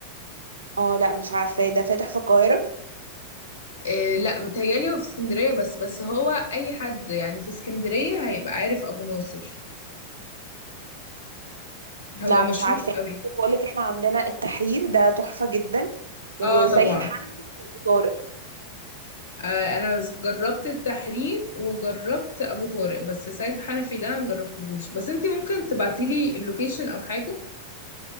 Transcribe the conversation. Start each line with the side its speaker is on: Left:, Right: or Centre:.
Right: اه لا مش عارفاه ده فاتح في القاهره
Left: إيه لا بتهيالي هو في اسكندريه بس بس هو اي حد يعني في اسكندريه هيبقى عارف ابو ناصر
Right: لا
Left: هو مشهور
Right: مش عارفة
Left: قوي
Right: بقول لك احنا عندنا التحرير ده تحفة جدا وسيد
Left: اه طبعا
Right: حنفي وابو طارق
Left: آه، انا بس جربت التحرير وجربت ابو طارق بس سيد حنفي ده مجربتهوش بس انتي ممكن تبعتيلي اللوكيشن او حاجه